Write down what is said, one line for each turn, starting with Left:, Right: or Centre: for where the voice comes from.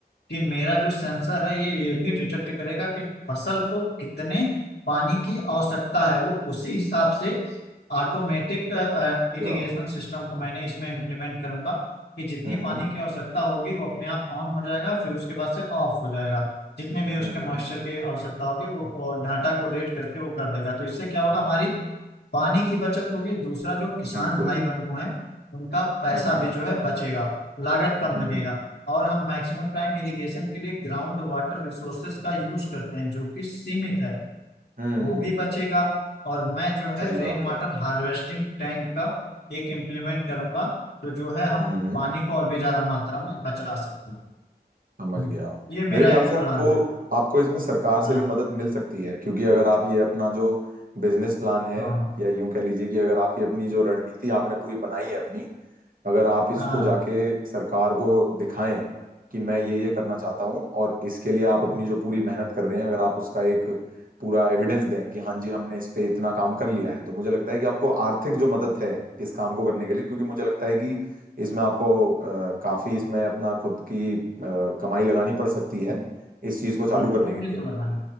Left: कि मेरा जो सेंसर है ये ये भी डिटेक्ट करेगा कि फसल को कितने पानी की आवश्यकता है वो उसी हिसाब से ऑटोमेटिक इरिगेशन
Right: अच्छा
Left: सिस्टम को मैंने इसमें इम्प्लीमेंट करूंगा कि जितनी
Right: हम्म
Left: पानी की आवश्यकता होगी वो अपने आप ऑन हो जाएगा फिर उसके बाद से ऑफ हो जाएगा जितने भी उसके
Right: हम्म हम्म,
Left: मॉइस्चर की आवश्यकता होगी वो वो डाटा को रेट करके वो कर देगा तो इससे क्या होगा हमारी पानी की बचत होगी दूसरा जो किसान
Right: बिल्कुल
Left: भाई बंधु हैं उनका पैसा
Right: हम्म
Left: भी जो है बचेगा लागत कम
Right: हम्म
Left: लगेगा और हम मैक्सिमम टाइम इरिगेशन के लिए ग्राउंड वाटर रिसोर्सेज का यूज करते हैं जो कि सीमित है
Right: हम्म
Left: वो भी बचेगा और मैं जो
Right: सही
Left: है रेन
Right: बात
Left: वाटर
Right: है
Left: हार्वेस्टिंग टैंक का एक इम्प्लीमेंट करूंगा तो जो है हम
Right: हम्म हम्म।
Left: पानी को और भी ज्यादा मात्रा में बचा सकते हैं
Right: समझ
Left: हम्म,
Right: गया
Left: ये मेरा
Right: मेरे ख्याल
Left: एक
Right: से आपको
Left: प्लान है
Right: आपको इसमें सरकार से
Left: हाँ
Right: भी मदद मिल सकती है क्योंकि अगर आप ये अपना जो बिजनेस प्लान है
Left: हाँ
Right: या यूं कह लीजिए कि अगर आप ये अपनी जो रणनीति आपने पूरी बनाई है अपनी अगर आप इसको
Left: हाँ
Right: जाके सरकार को दिखाएं कि मैं ये ये करना चाहता हूँ और इसके लिए आप अपनी जो पूरी मेहनत कर रहे हैं अगर आप उसका एक पूरा एविडेंस दें कि हाँ जी हमने इस पे इतना काम कर लिया है तो मुझे लगता है कि आपको आर्थिक जो मदद है इस काम को करने के लिए क्योंकि मुझे लगता है कि इसमें आपको अ, काफी इसमें अपना खुद की अ, कमाई लगानी पड़ सकती है इस चीज को चालू
Left: हाँ
Right: करने
Left: मुझे
Right: के लिए
Left: तो लगा है